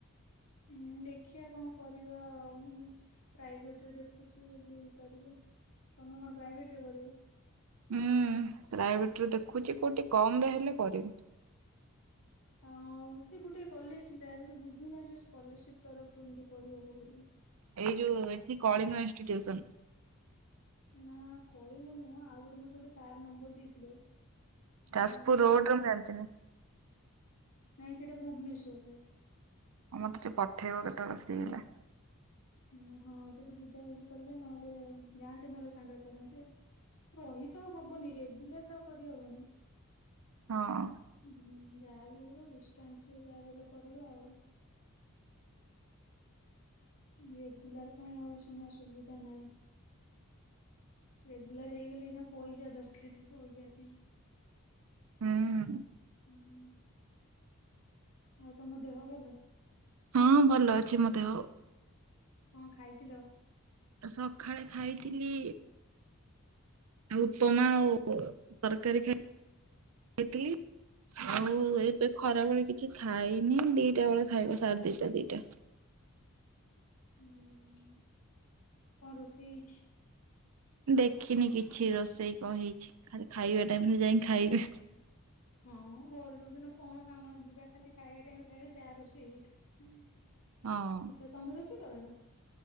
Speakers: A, on the left (about 80°); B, on the right (about 75°).
A: ହୁଁ ଦେଖିଆ କଣ କରିବା ଆଉ। ପ୍ରାଇଭେଟରେ ଦେଖୁଛି ବଧେ ହେଇପାରିବ ତମେ କଣ ପ୍ରାଇଭେଟରେ କରିବ?
B: ହୁଁ ପ୍ରାଇଭେଟରେ ଦେଖୁଛି କୋଉଠି ଟିକେ କମରେ ହେଲେ କରିବି।
A: ଆଉ ସେ ଗୋଟେ କଲେଜ ପିଲାସେଠି ବୁଝୁନା ଯୋଉ ସ୍କଲାରସିପ ତରଫରୁ ଏମତି ପଢି ହବ ବୋଲି।
B: ଏଇ ଯୋଉ ଏଠି କଳିଙ୍ଗ ଇନଷ୍ଟିଟ୍ୟୁସନ।
A: ନା କଳିିଙ୍ଗ ନୁହଁ ଆଉ ଗୋଟେ ମତେ ଗୋଟେ ସାର୍ ନମ୍ବର ଦେଇଥିଲେ। <unintelligible>
B: ଯାଜପୁର ରୋଡ ରେ ମୁଁ ଜାଣିଥିଲି
A: ନାଇଁ ସେଟା ଭୁବନେଶ୍ୱରରେ।
B: ଆ ମତେ ଟିକେ ପଠେଇବ କେତେବେଳେ ଫ୍ରି ହେଲେ।
A: ଓ ହଁ ସେଠୁ ବୁଝାବୁଝି କଲେ ନହେଲେ ଯାଆନ୍ତେ ନହେଲେ ସାଙ୍ଗରେ ପଢନ୍ତେ। ରହି ତ ହବନି ରେଗୁଲାର ତ ଆଉ କରିହବନି।
B: ହଁ।
A: ହ ଯାହା ବି ହବ ଡିଷ୍ଟାନ୍ସରେ ଯାହା ବି ହେଲେ କରିବା ଆଉ। ରେଗୁଲାର ପାଇଁ ଆଉ ଶୁଣ ସୁୁବିଧା ନାହିଁ। ରେଗୁଲାର ହେଇଗଲେ ଏଇନିକା ପଇସା ଦରକାର ରହିବା ପାଇଁ।
B: ହୁଁ ହୁଁ।
A: ହୁଁ ହୁଁ। ଆଉ ତମ ଦେହ ଭଲ।
B: ହଁ ଭଲ ଅଛି ମୋ ଦେହ।
A: କଣ ଖାଇଥିଲ।
B: ସକାଳେ ଖାଇଥିଲି ଆଉ ଉପମା ଆଉ ତରକାରୀ ଖାଇଥିଲି।
A: ହୁଁ
B: ଆଉ ଏବେ ଖରାବେଳେ କିଛି ଖାଇନି ଦିଟା ବେଳେ ଖାଇବ ସାଢେ ଦିଟା ଦିଟା।
A: ଉଁ କଣ ରୋଷେଇ ହେଇଛି।
B: ଦେଖିନି କିଛି ରୋଷେଇ କଣ ହେଇଛି ଖାଲି ଖାଇବା ଟାଇମରେ ଯାଇ କି ଖାଇବି।
A: ହଁ ଘରେ ଯୋଉଦିନ କଣ କାମ ଯିବା ଖାଲି ଖାଇବା ଟାଇମରେ ଖାଇବା ଯା ରୋଷେଇ ହେଇଥବ।
B: ହଁ
A: ଆଚ୍ଛା ତମେ ରୋଷେଇ କରନା।